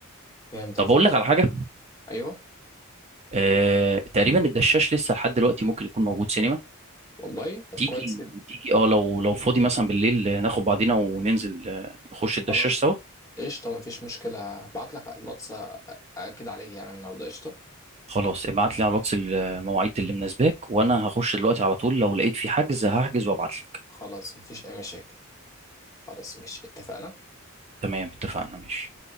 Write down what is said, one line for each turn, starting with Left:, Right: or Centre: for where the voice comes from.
Left: فهمتك
Right: طب
Left: فهمت
Right: اقول لك على حاجه
Left: ايوه
Right: آه... تقريبا الدشاش لسه لحد دلوقتي ممكن يكون موجود سينما
Left: والله طب
Right: تيجي
Left: كويس كده
Right: تيجي اه لو لو فاضي مثلا بالليل آه، ناخد بعضينا وننزل آه، نخش الدشاش
Left: خلاص
Right: سوا
Left: قشطه مفيش مشكله ابعت لك على الواتس أ- اكد عليك يعني النهارده قشطه
Right: خلاص ابعت لي على الواتس المواعيد اللي مناسباك وانا هخش دلوقتي على طول لو لقيت في حجز هحجز وابعت لك
Left: خلاص مفيش اي مشاكل خلاص مش اتفقنا
Right: تمام اتفقنا ماشي